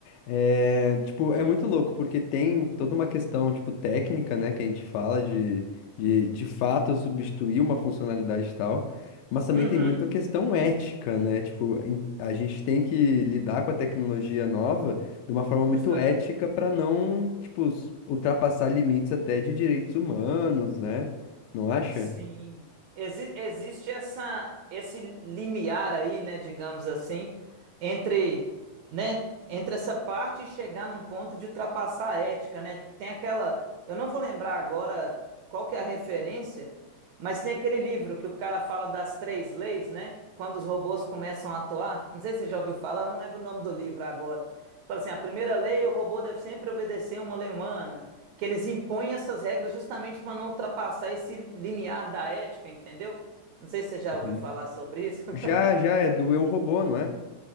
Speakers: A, on the left; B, on the right.
A: É, tipo, é muito louco, porque tem toda uma questão, tipo, técnica, né, que a gente fala de, de, de fato substituir uma funcionalidade e tal, mas também
B: Uhum.
A: tem muita questão ética, né, tipo, em- a gente tem que lidar com a tecnologia nova de uma forma muito
B: Justamente.
A: ética para não, tipo, s- ultrapassar limites até de direitos humanos, né, não acha?
B: Sim. Exi- existe essa esse limiar aí, né, digamos assim, entre né, entre essa parte e chegar num ponto de ultrapassar a ética, né? Tem aquela, eu não vou lembrar agora qual que é a referência, mas tem aquele livro que o cara fala das três leis, né? Quando os robôs começam a atuar. Não sei se você já ouviu falar, eu não lembro o nome do livro agora. Fala assim, a primeira lei, o robô deve sempre obedecer uma lei humana, que eles impõem essas regras justamente para não ultrapassar esse limiar da ética, entendeu? Não sei se você já
A: Uhum.
B: ouviu falar sobre isso.
A: Já,
B: <laughs>
A: já, é do Eu, Robô, não é?